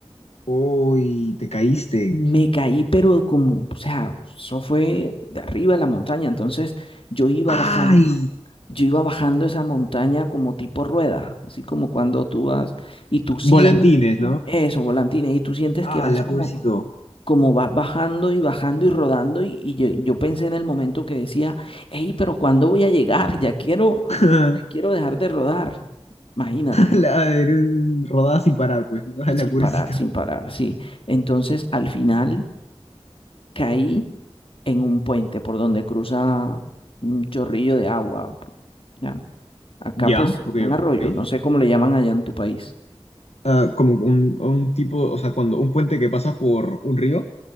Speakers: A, on the left; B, on the left.
A: Uy, te caíste.
B: Y me caí, pero como, o sea, eso fue de arriba de la montaña. Entonces yo iba
A: ¡Ay!
B: bajando, yo iba bajando esa montaña como tipo rueda, así como cuando tú vas y tú sientes
A: Volantines, ¿no?
B: eso, volantines, y tú sientes
A: ¡Ah,
B: que vas
A: la
B: como,
A: pobrecito!
B: como vas bajando y bajando y rodando. Y, y yo, yo pensé en el momento que decía, hey, pero ¿cuándo voy a llegar? Ya quiero,
A: <laughs>
B: ya quiero dejar de rodar. Imagínate,
A: La, rodada sin parar, pues, ¿no? ¡Ah, la
B: sin
A: pobrecito!
B: parar, sin parar, sí. Entonces al final. caí en un puente por donde cruza un chorrillo de agua. ¿ya? Acá
A: Ya,
B: pues
A: ok,
B: un arroyo,
A: ok.
B: no sé cómo le llaman allá en tu país.
A: Ah, como un, un tipo, o sea, cuando un puente que pasa por un río.